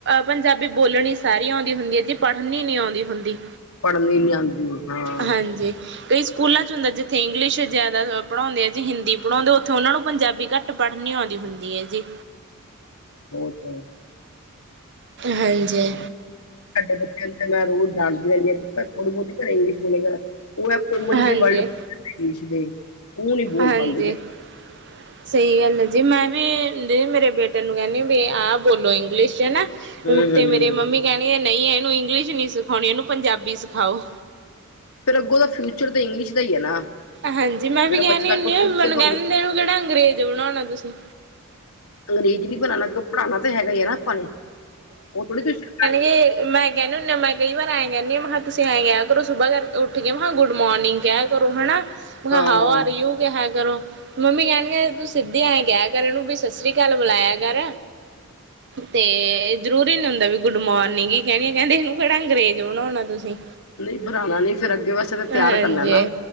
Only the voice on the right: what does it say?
ਪੰਜਾਬੀ ਬੋਲਣੀ ਸਾਰੀ ਆਉਂਦੀ ਹੁੰਦੀ ਹੈ ਜੀ ਪੜ੍ਹਨੀ ਨਹੀਂ ਆਉਂਦੀ ਹੁੰਦੀ।
ਹਾਂਜੀ। ਕਈ ਸਕੂਲਾਂ ਚ ਹੁੰਦਾ ਜਿੱਥੇ ਇੰਗਲਿਸ਼ ਜ਼ਿਆਦਾ ਪੜ੍ਹਾਉਂਦੇ ਆ ਜੇ ਹਿੰਦੀ ਪੜ੍ਹਾਉਂਦੇ ਉੱਥੇ ਉਹਨਾਂ ਨੂੰ ਪੰਜਾਬੀ ਘੱਟ। ਪੜ੍ਹਨੀ ਆਉਂਦੀ ਹੁੰਦੀ ਐ ਜੀ
ਹਾਂਜੀ
ਹਾਂਜੀ
ਹਾਂਜੀ
ਸਹੀ ਗੱਲ ਹੈ ਜੀ ਮੈਂ ਵੀ ਜੇ ਮੇਰੇ ਬੇਟੇ ਨੂੰ ਕੈਂਦੀ ਵੀ ਆਹ ਬੋਲੋ ਇੰਗਲਿਸ਼ 'ਚ ਹੈ ਨਾ
ਤੇ ਮੇਰੇ ਮੰਮੀ ਕੈਣਗੇ ਨਹੀਂ ਇਹਨੂੰ ਇੰਗਲਿਸ਼ ਨੀ ਸਿਖਾਣੀ ਇਹਨੂੰ ਪੰਜਾਬੀ ਸਿਖਾਓ
ਹਾਂਜੀ ਮੈਂ
ਵੀ ਕੈਨੀ
ਹੁੰਦੀ ਆ
ਮੈਨੂੰ ਕੈ
ਦਿੰਦੇ ਇਹਨੂੰ ਕੇੜਾ ਅੰਗਰੇਜ ਬਣਾਣਾ ਤੁਸੀਂ
ਤੇ ਮੈਂ ਕੈਨੀ ਹੁੰਦੀ ਮੈਂ ਕਈ ਵਾਰ ਐਂ ਕੈਦੀ ਆ ਮ ਕਿਹਾ ਤੁਸੀਂ ਐਂ ਕੇਆ ਕਰੋ ਸੁਬਾਹ ਕਰਕੇ ਉੱਠ ਗ ਗੁੱਡ ਮੋਰਨਿੰਗ ਕੇਆ ਕਰੋ ਹਨਾ ਮੈਂ ਕਿਹਾ
ਹੋ ਆਰ ਯੂ ਕੇਹਾ ਕਰੋ ਮੰਮੀ ਕੈਣਗੇ ਤੂੰ ਸਿੱਧੀ ਐਂ ਕੇਹਾ ਕਰ ਇਹ ਨੂੰ ਵੀ ਸਤਿ ਸ੍ਰੀ ਅਕਾਲ ਬੁਲਾਇਆ ਕਰ ਤੇ ਜ਼ਰੂਰੀ ਨੀ ਹੁੰਦਾ ਵੀ ਗੁੱਡ ਮੋਰਨਿੰਗ ਕੈਣੀ ਕੈਂਦੇ ਇਹਨੂੰ ਕੇੜਾ ਅੰਗਰੇਜ ਬਣਾਉਣਾ ਤੁਸੀਂ
ਹਾਂਜੀ